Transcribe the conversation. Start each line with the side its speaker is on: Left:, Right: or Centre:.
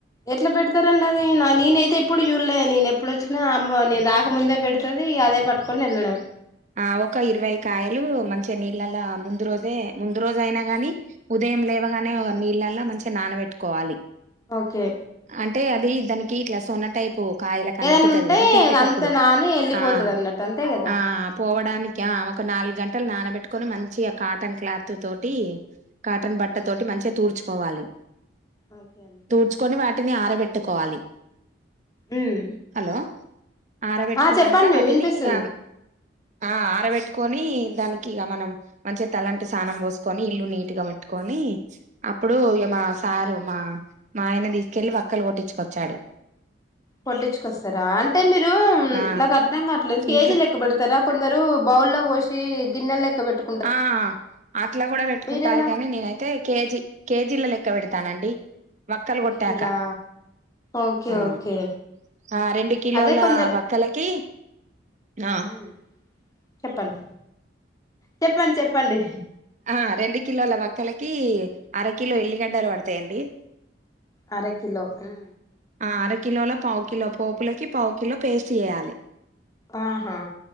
Left: ఎట్లా పెడతారాండి అది నా నేనైతే ఎప్పుడు చూలే నేను ఇప్పుడు వచ్చినా అమ్మ నేను రాకముందే పెడుతది అదే పట్టుకొని వెళ్ళడం
Right: ఆ ఒక ఇరవై కాయలు మంచిగా నీళ్ళలా ముందు రోజే ముందు రోజ అయినా గాని ఉదయం లేవగానే నీళ్ళల్లా మంచిగా నానబెట్టుకోవాలి
Left: ఓకే
Right: అంటే అది దానికి ఇట్లా సోన టైప్ ప్పు కాయల క అంటతుంది
Left: ఏదైనా ఉంటే
Right: కదా తెంపేటప్పుడు
Left: అంత నాని వెళ్ళిపోతది
Right: ఆ
Left: అన్నట్టు అంతే కదా
Right: ఆ దానికి ఆ ఒక నాలుగు గంటలు నానబెట్టుకొని మంచిగా కాటన్ క్లాత్ తోటి కాటన్ బట్ట తోటి మంచిగా తూడ్చుకోవాలి
Left: ఒకే
Right: చూకొని వాటిని ఆర బెట్టుకోవాలి
Left: ఉమ్
Right: హలో ఆరబెట్టుకున్నాక
Left: ఆ చెప్పండి
Right: వాటిని
Left: వినిపిస్తుంది
Right: ఇగ ఆ ఆరబెట్టుకొని దానికి ఇగ మనం మంచిగా తలంటు స్నానం పోసుకొని ఇల్లు నీట్ గా పెట్టుకని అప్పుడు
Left: ఓకే
Right: ఇగ మా
Left: ఓకే
Right: సారు మా మా ఆయన తీసుకెల్లి వక్కలు కొట్టిచుకొచ్చాడు
Left: కోట్టిచుకొస్తారా అంటే మీరు
Right: ఆ
Left: నాకు అర్ధం కావట్లేదు కేజీ
Right: ఇంట్లో
Left: లెక్క బేడతార కొందరు బౌల్ల్లో పోసి గిన్నెల్ లేక్కబట్టు
Right: ఆ అట్లా కూడా పెట్టుకుంటారు
Left: మీరెలా
Right: గానీ నేనైతే తే కేజీ కేజీల లెక్క పెడతానండి వక్కలు
Left: కేజీలా
Right: కొట్టాక
Left: ఓకే
Right: ఆ
Left: ఓకే
Right: ఆ రెండు కిలోలా
Left: అదే కొందరు
Right: వక్కల కి ఆ
Left: ఉమ్, చెప్పండి చెప్పండి చెప్పండి
Right: ఆ రెండు కిలోల వక్కలకి అర కిలో ఎల్లిగడ్డలు పడతాయండి
Left: అర కిలో ఉం
Right: ఆ అరకిిలోల పావు కిలో పోపులకి పావు కిలో పేస్ట్ చేయాలి
Left: ఆహా